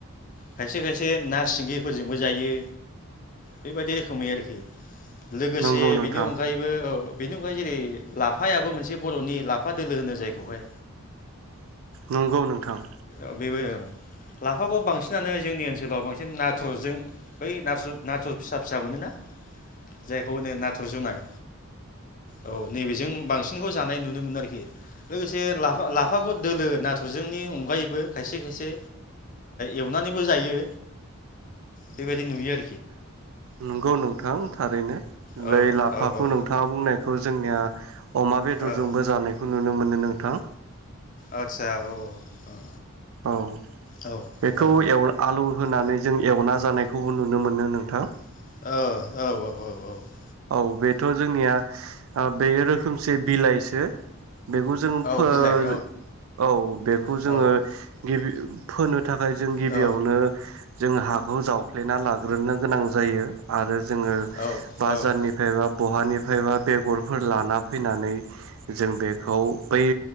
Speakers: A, on the left (about 35°); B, on the right (about 70°).
A: खायसे खायसे ना सिंगिफोरजोंबो जायो बेबायदि रोखोमै आरोखि। लोगोसे
B: नंगौ नोंथां
A: बेनि अनगायैबो ओ बेनि अनगायै जेरै लाफायाबो मोनसे बर'नि लाफ फा दोलो होनो जायखौहाय
B: नंगौ नोंथां
A: ओ बेबो लाफाखौ बांसिनानो जोंनि ओनसोलाव बांसिन नाथुरजों बै नाथुर नाथुर फिसा फिसा मोनोना जायखौ होनो नाथुर जुनाय औ नैबेजों बांसिनखौ जानाय नुनो मोनो आरोखि। लोगोसे लाफ फा लाफाखौ दोलो नाथुरजोंनि अनगायैबो खायसे खायसे एवनानैबो जायो बेबायदि नुयो आरो
B: नंगौ नोंथां थारैनो
A: औ
B: बै लाफाखौ
A: औ औ
B: नोंथाङा बुंनाय खौ जोंनिया अमा बेदरजोंबो
A: ओ
B: जानायखौ नुनो मोनो नोंथां
A: आतसा औ औ
B: औ
A: औ
B: बेखौ
A: औ
B: एव आलु होनानै जों एवना जानायखौबो नुनो मोनो नोंथां।
A: औ औ औ औ औ
B: औ बेथ' जोंनिया बे रोखोमसे बिलाइसो। बेखौ जोङ
A: औ
B: फो औ
A: बिलाइ
B: बेखौ जोङो
A: औ
B: गिबि फोनो थाखाय जों गिबियावनो
A: औ
B: जोङो हाखौ जावफ्लेना लाग्रोनो गोनां जायो आरो जोङो
A: औ
B: बाजारनिफ्राय
A: औ
B: बा बहानिफ्रायबा बेगरफोर लाना फैनानै जों बेखौ बै